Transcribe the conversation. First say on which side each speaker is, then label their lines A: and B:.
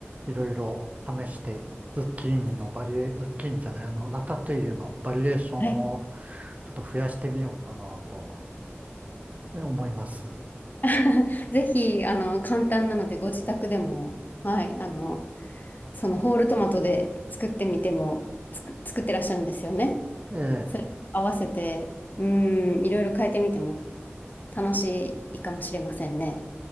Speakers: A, on the right; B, on the left.
A: いろいろ試して、ズッキーニのバリエ、ズッキーニじゃない、あの、ラタトゥイユのバリエーションを
B: はい。
A: ちょっと増やしてみようかなと、ね、思います。
B: <laughs> ぜひ、あの、簡単なので、ご自宅でも、はい、あの、そのホールトマトで作ってみても、つく、作ってらっしゃるんですよね。
A: ええ
B: それ合わせて、うん、いろいろ変えてみても楽しいかもしれませんね。